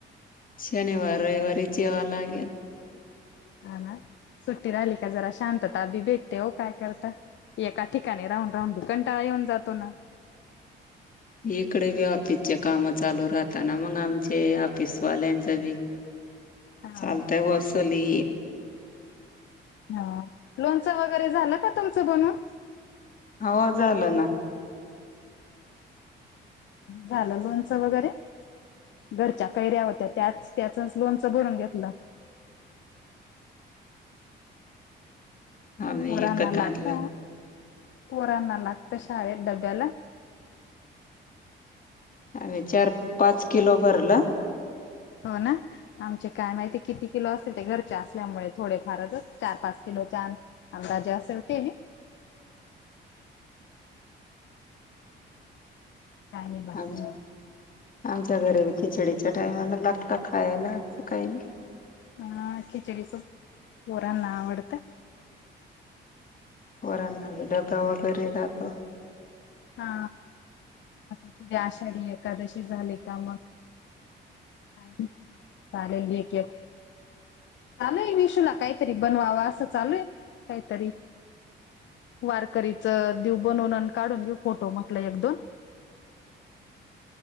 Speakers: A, on the left; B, on the left.
A: शनिवार रविवारी, जेवायला या
B: हा ना सुट्टी राहिली का जरा शांतता अभी भेटते हो काय करता एका ठिकाणी राहून राहून दुकंटाळा येऊन जातो ना
A: इकडे बी ऑफिसचे काम चालू राहताना मग आमचे ऑफिसवाल्यांच मी.
B: <inaudible> हा
A: चालतय
B: हा
A: वसली.
B: ह लोणचं वगैरे झालं का तुमचं बनून?
A: हो झालं ना.
B: झालं, लोणचं वगैरे घरच्या कैऱ्या होत्या त्याच त्याचच लोनचं भरून घेतलं
A: आम्ही
B: पोरांना
A: एकत
B: लागत
A: आणलं.
B: पोरांना लागत शाळेत डब्याला
A: आम् चार पाच किलो भरला
B: हो ना आमचे काय माहिती किती किलो अस घरच्या असल्यामुळे थोडे फारच चार पाच किलो अंदाजे असेल ते. का आणि बाकी.
A: आम आमच्या घरीब खिचडीच्या टाइमाला लागत खायला असं काही नाही.
B: हा खिचडीचो पोरांना आवडतं.
A: पोरांनाी डबा वगैरे राहतो.
B: हा आता पुढे आषाढी एकादशी झाली का मग. चाले चाले सुू लगय. तरी बनवावा असं चालू आहे काहीतरी. वारकरीचं दिव बनवून काढून घेऊ फोटो मटला एक-दोन.